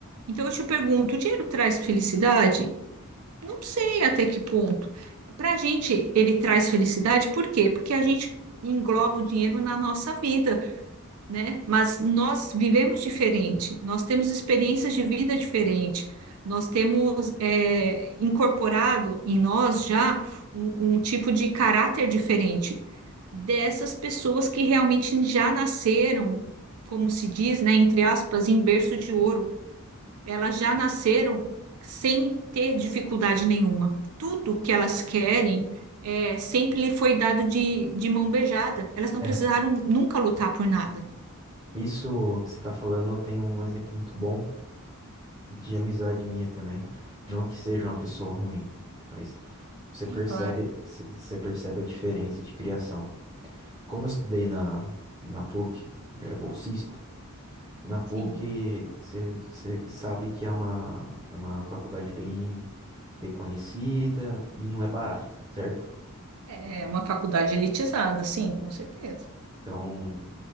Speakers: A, on the right; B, on the right.
A: Então eu te pergunto, o dinheiro traz felicidade? Não sei até que ponto. Para a gente, ele traz felicidade, por quê? Porque a gente engloba o dinheiro na nossa vida né? Mas nós vivemos diferente, nós temos experiências de vida diferente, nós temos é, incorporado em nós já um, um tipo de caráter diferente dessas pessoas que realmente já nasceram, como se diz, né, entre aspas, em berço de ouro. Elas já nasceram sem ter dificuldade nenhuma. Tudo que elas querem é, sempre lhe foi dado de, de mão beijada. Elas não
B: É.
A: precisaram nunca lutar por nada.
B: Isso que você está falando, eu tenho um exemplo muito bom de amizade minha também. Não que seja uma pessoa ruim, né, mas você
A: Sim,
B: percebe,
A: claro.
B: c- você percebe a diferença de criação. Como eu estudei na, na PUC, eu era bolsista, E na PUC,
A: Sim.
B: você sabe que é uma, é uma faculdade bem reconhecida e não é barata, certo?
A: É uma faculdade elitizada, sim, com certeza.
B: Então,